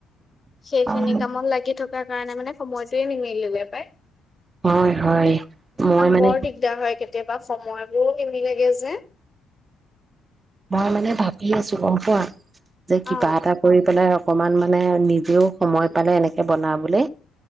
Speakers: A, on the left (about 25°); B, on the right (about 30°).
A: সেইখিনি
B: অ
A: কামত লাগি থক তাৰ কাৰণে মানে সময়টোৱে নিমিলে পাই
B: হয় হয় মই মানে
A: বৰ দিগদাৰ হয় কেতিয়াবা সময় মোৰ নিমিলেগে যে
B: মই মানে ভাবি আছো গম পোৱা যে
A: অ
B: কিবা এটা কৰি পেলাই অকমান মানে নিজেও সময় পালে এনেকে বনাবলে